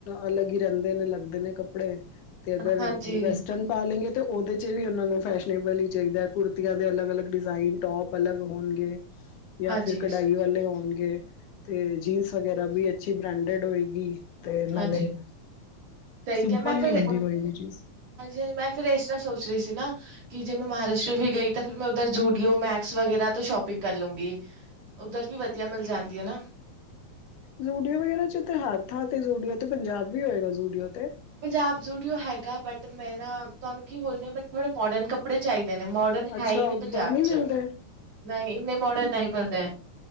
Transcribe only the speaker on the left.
ਅਲੱਗ ਹੀ ਰਹਿੰਦੇ ਨੇ, ਲੱਗਦੇ ਨੇ ਕੱਪੜੇ ਤੇ ਅਗਰ
ਵੈਸਟਰਨ ਪਾ ਲੈਂਗੇ ਤਾਂ ਉਹਦੇ ਚ ਵੀ ਉਹਨਾਂ ਨੂੰ ਫੈਸ਼ਨੇਬਲ ਹੀ ਚਾਹੀਦਾ, ਕੁੜਤੀਆਂ ਦੇ ਅਲੱਗ ਅਲੱਗ ਡਿਜ਼ਾਇਨ ਟੋਪ ਅਲੱਗ ਹੋਣਗੇ। ਜਾਂ
ਫਿਰ ਕਢਾਈ ਵਾਲੇ ਹੋਣਗੇ ਤੇ ਜੀਨਸ ਵਗੈਰਾ ਵੀ ਅੱਛੀ ਬ੍ਰਾਂਡੇਡ ਹੋਏਗੀ ਤੇ ਨਾਲੇ
ਸਿੰਪਲ
ਨਹੀਂ ਹੁੰਦੀ
ਕੋਈ ਵੀ ਚੀਜ਼
ਜੂਡੀਓ ਵਗੈਰਾ ਚ ਤੇ ਹਰ ਥਾਂ ਤੇ ਜੂਡੀਓ ਤੇ ਪੰਜਾਬ ਵੀ ਹੋਏਗਾ ਜੂਡੀਓ।
ਅੱਛਾ
ਉੱਧਰ
ਮਿਲਦੇ